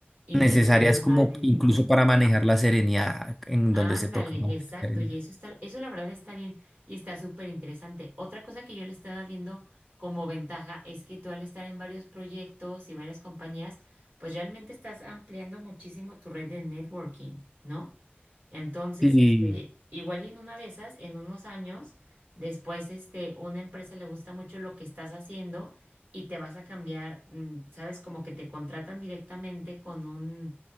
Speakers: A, on the right; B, in the centre.
A: interpersonales,
B: Necesarias como incluso
A: ¿no?
B: para manejar la serenidad en
A: Ándale,
B: donde se toca. ¿no?
A: exacto.
B: Serenidad.
A: Y eso está, eso la verdad está bien y está súper interesante. Otra cosa que yo le estaba viendo como ventaja es que tú al estar en varios proyectos y varias compañías, pues realmente estás ampliando muchísimo tu red de networking, ¿no? Entonces,
B: Sí,
A: este, igual y en una de esas, en unos años, después, este, una empresa le gusta mucho lo que estás haciendo y te vas a cambiar, mm, sabes, como que te contratan directamente con un,